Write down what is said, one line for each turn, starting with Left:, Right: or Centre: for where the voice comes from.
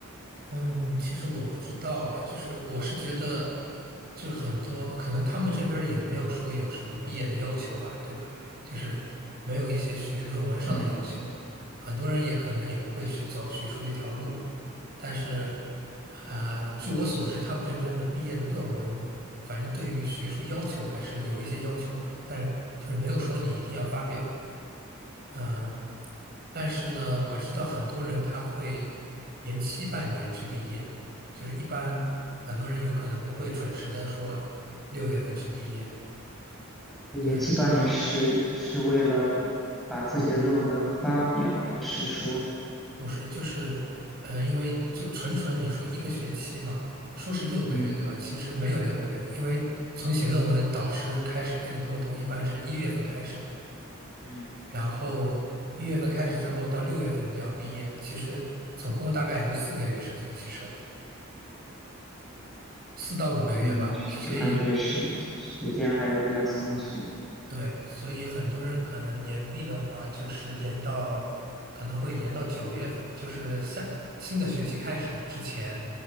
Right: 嗯，其实我不知道哎，就是我是觉得，就是很多可能他们这边儿也没有说有什么毕业的要求吧，对吧？就是没有一些学论文上的要求，
Centre: 嗯，
Right: 很多人也可能也不会去走学术这条路。但是，呃，据我所知，他们这边的毕业的论文，反正对于学术要求还是有一些要求的，但是就是没有说你一定要发表。嗯，但是呢，我知道很多人他会延期半年去毕业，就是一般很多人有可能不会准时的说六月份去毕业，就是
Centre: 延期半年是是为了把自己的论文发表，还是说
Right: 不是就是呃，因为就纯纯你说一个学期嘛，说是六个月对吧？
Centre: 嗯
Right: 其实没有六个月，因为从写论文导师开始跟你沟通，一般是一月份开始，
Centre: 嗯
Right: 然后一月份开始之后到六月份你就要毕业，其实总共大概也就四个月时间，其实。四到五个月吧，
Centre: 嗯，就就感觉时时间还是比较仓促。
Right: 所以对，所以很多人可能延毕的话，就是延到可能会延到九月份，就是下新的学期开始之前，